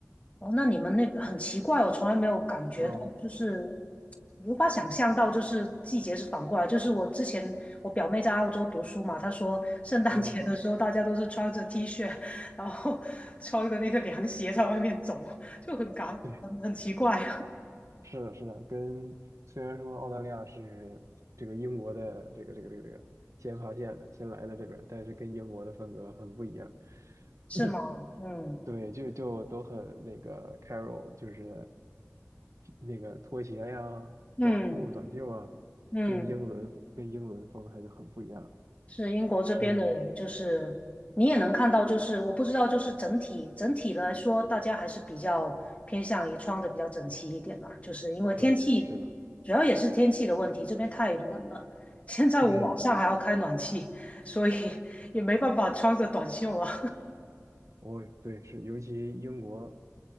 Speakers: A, on the left (about 25°); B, on the right (about 80°).
A: 哦，那你们那边很奇怪，我从来没有感觉到，
B: 哦，
A: 就是无法想象到，就是季节是反过来。就是我之前我表妹在澳洲读书嘛，她说圣诞节的时候大家都是穿着
B: 哦吼，
A: T 恤，然后 <laughs> 穿着那个凉鞋在外面走，就很感很很奇怪，
B: 对，是的，是的，跟虽然说澳大利亚是这个英国的这个这个这个这个先发现的，先来的这边，但是跟英国的风格很不一样。
A: <laughs> 是吗？
B: <clears throat>
A: 嗯
B: 对，就就都很那个 c a r o 就是那个拖鞋呀、
A: 嗯
B: 短裤、短袖啊，
A: 嗯。
B: 跟英伦跟英伦风还是很不一样。
A: 是英国这边的人，
B: 嗯，
A: 就是你也能看到，就是我不知道，就是整体整体来说，大家还是比较偏向于穿的比较整齐一点啦，就是因为天气，
B: 对，是的，
A: 主要也是天气的问题，这边太冷了。<laughs> 现在我晚上还要开暖气，
B: 嗯，
A: 所以也没办法穿着短袖啊。
B: 我对是，尤其英国